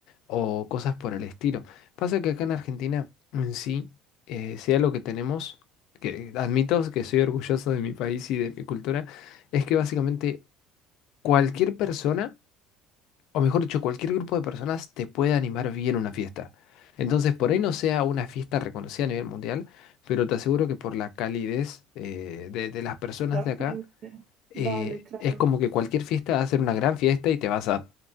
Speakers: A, on the left; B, on the right.
A: o cosas por el estilo. Pasa que acá en Argentina en sí, eh, sea lo que tenemos, que admito que soy orgulloso de mi país y de mi cultura, es que básicamente cualquier persona, o mejor dicho, cualquier grupo de personas te puede animar bien una fiesta. Entonces, por
B: Mm,
A: ahí no sea una fiesta reconocida a nivel mundial, pero te aseguro que por la calidez eh, de de las personas
B: La
A: de acá,
B: gente.
A: eh,
B: Vale, claro,
A: es como que cualquier fiesta va a ser una gran fiesta y te vas a,